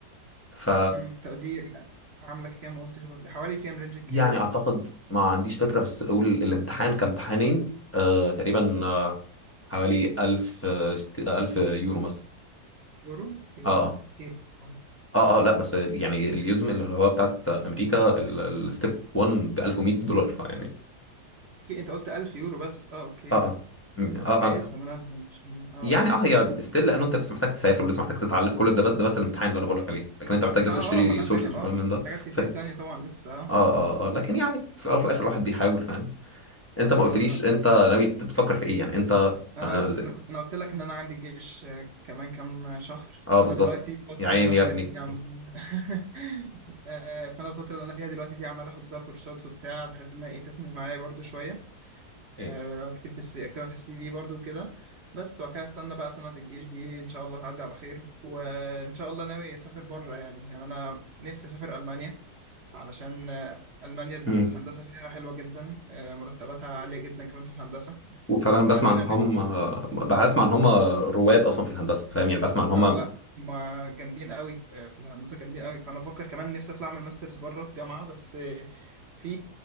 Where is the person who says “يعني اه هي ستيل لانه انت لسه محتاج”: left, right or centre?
Left